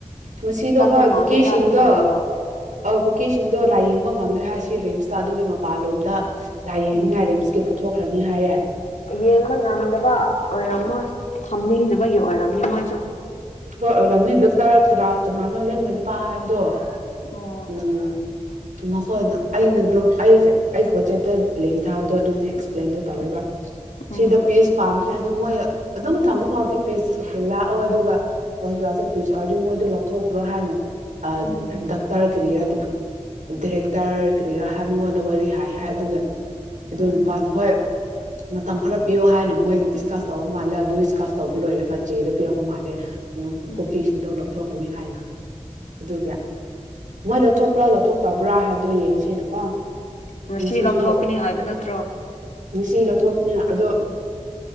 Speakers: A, on the right; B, on the left.
A: ꯉꯁꯤꯗꯣ
B: ꯆꯠꯄ
A: ꯍꯣꯏ
B: ꯃꯥꯜꯂꯦꯗ
A: ꯀꯨꯀꯤꯁꯤꯡꯗꯣ
B: ꯃꯤ ꯌꯥꯝꯅ
A: ꯑꯥ ꯀꯦꯁꯤꯡꯗꯣ ꯂꯥꯏꯌꯦꯡꯕ ꯉꯝꯗ꯭ꯔꯦ ꯍꯥꯏꯁꯤ ꯔꯤꯝꯁꯇ ꯑꯗꯨꯒꯤ ꯃꯄꯥꯟꯂꯣꯝꯗ ꯂꯥꯏꯌꯦꯡꯅꯤꯉꯥꯏ
B: ꯎꯝ
A: ꯔꯤꯝꯁꯀꯤ ꯄꯨꯊꯣꯛꯈ꯭ꯔꯅꯤ ꯍꯥꯏꯌꯦ
B: ꯌꯦꯡꯕ ꯉꯝꯗꯕ ꯑꯣꯏꯔꯝꯃꯣꯏ ꯊꯝꯅꯤꯡꯗꯕꯒꯤ ꯑꯣꯏꯔꯝꯅꯤ ꯃꯣꯏꯖꯨ
A: ꯍꯣꯏ ꯑꯣꯏꯔꯝꯅꯤ ꯗꯛꯇꯔ ꯀꯅꯥ ꯀꯅꯥꯅꯣ ꯂꯦꯡꯕ ꯅꯨꯄꯥ ꯍꯥꯏꯕꯗꯣ
B: ꯑꯣ
A: ꯎꯝ ꯃꯈꯣꯏꯅ ꯑꯩꯅ ꯒ꯭ꯔꯨꯞ ꯑꯩ ꯑꯩꯒꯤ ꯋꯥꯆꯦꯞꯇ ꯂꯤꯡ ꯊꯥꯕꯗꯣ ꯑꯗꯨꯅꯦ ꯑꯦꯛꯁꯄ꯭ꯂꯦꯟꯗꯣ ꯇꯧꯌꯦꯕ
B: ꯎꯝ
A: ꯁꯤꯗ ꯄꯤꯁ ꯄꯥꯝꯃꯤꯁꯦ ꯍꯥꯏꯗꯤ ꯃꯣꯏ ꯑꯗꯨꯝ ꯊꯝꯕ ꯐꯥꯎꯗꯤ ꯄꯤꯁ ꯂꯥꯛꯑꯣ ꯑꯗꯨꯒ ꯍꯣꯁꯄꯤꯇꯥꯜꯁꯦ ꯄꯤꯖ ꯍꯥꯏꯔꯗꯤ ꯃꯣꯏꯗꯣ ꯂꯧꯊꯣꯛꯈ꯭ꯔꯣ ꯍꯥꯏꯅ ꯑ
B: ꯎꯝ
A: ꯗꯛꯇꯔ ꯀꯔꯤꯍꯥꯏꯗꯣꯏꯕꯥ ꯗꯤꯔꯦꯛꯇꯔ ꯀꯔꯤꯔꯥ ꯍꯥꯏ ꯃꯉꯣꯟꯗ ꯋꯥꯔꯤ ꯍꯥꯏ ꯍꯥꯏ ꯑꯗꯨꯒ ꯑꯗꯨ
B: ꯎꯝ
A: ꯅꯨꯄꯥꯅ ꯍꯣꯏ ꯃꯇꯝ ꯈꯔ ꯄꯤꯌꯣ ꯍꯥꯏꯅ ꯃꯣꯏ ꯗꯤꯁꯀꯁ ꯇꯧꯕ ꯃꯥꯜꯂꯦ ꯑꯗꯨ ꯗꯤꯁꯀꯁ ꯇꯧꯕ ꯂꯣꯏꯔꯒ ꯆꯦꯗꯣ ꯄꯤꯔꯛꯄ ꯃꯥꯜꯂꯦ
B: ꯎꯝ
A: ꯀꯨꯀꯤ ꯁꯤꯟꯗꯣꯛ ꯂꯧꯊꯣꯛ ꯀꯅꯤ ꯍꯥꯏꯅ ꯑꯗꯨꯒꯤ ꯃꯣꯏ ꯂꯧꯊꯣꯛꯄ꯭ꯔꯥ ꯂꯧꯊꯣꯛꯇꯕ꯭ꯔꯥ ꯍꯥꯏꯕꯗꯣ ꯌꯦꯡꯁꯦꯅꯀꯣ
B: ꯉꯁꯤ
A: ꯉꯁꯤꯁꯨ
B: ꯂꯧꯊꯣꯛꯀꯅꯤ ꯍꯥꯏꯕ ꯅꯠꯇ꯭ꯔꯣ
A: ꯉꯁꯤ ꯂꯧꯊꯣꯛꯀꯅꯤ ꯑꯗꯣ